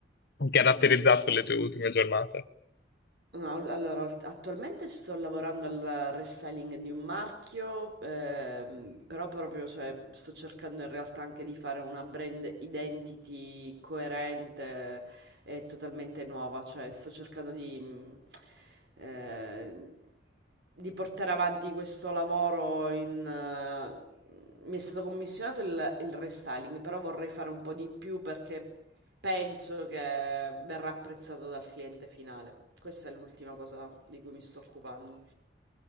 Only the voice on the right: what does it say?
No, all allora alt attualmente sto lavorando al restyling di un marchio, ehm, però proprio, cioè, sto cercando in realtà anche di fare una brand identity coerente e totalmente nuova, cioè sto cercando di, mh, eh, di portare avanti questo lavoro in... eh, mi è stato commissionato il, il restyling, però vorrei fare un po' di più perché penso che verrà apprezzato dal cliente finale. Questa è l'ultima cosa di cui mi sto occupando.